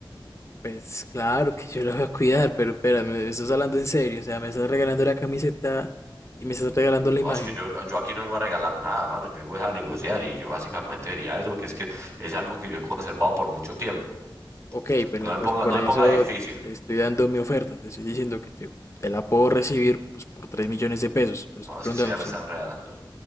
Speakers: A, on the left; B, on the right.
A: Pues claro que yo lo voy a cuidar, pero espera, me me estás hablando en serio, o sea, me estás regalando la camiseta y me estás regalando la imagen.
B: No, es que yo, yo aquí no vengo a regalar nada, mano. Yo vengo es a negociar y yo básicamente diría eso porque es que es algo que yo he conservado por mucho tiempo.
A: Ok,
B: Entonces,
A: pero
B: no me
A: pues
B: ponga,
A: por
B: no me
A: eso
B: ponga difícil.
A: te estoy dando mi oferta, te estoy diciendo que te, te la puedo recibir pues por 3 millones de pesos. Te estoy
B: No, es
A: preguntando
B: que usted ya me
A: si,
B: está enredando.